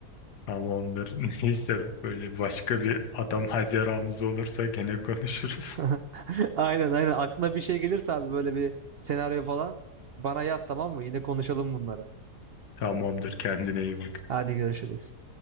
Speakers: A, on the left; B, on the right.
A: Tamamdır. <laughs> Neyse böyle başka bir adam maceramız olursa gene konuşuruz.
B: <laughs> Aynen aynen. Aklına bir şey gelirse abi böyle bir senaryo falan bana yaz tamam mı? Yine konuşalım bunları.
A: <laughs> Tamamdır. Kendine iyi bak.
B: Hadi görüşürüz.